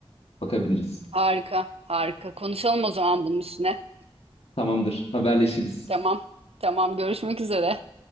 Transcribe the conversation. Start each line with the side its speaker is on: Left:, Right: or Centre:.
Left: Bakabiliriz.
Right: Harika, harika. Konuşalım o zaman bunun üstüne.
Left: Tamamdır. Haberleşiriz.
Right: Tamam, tamam. Görüşmek üzere.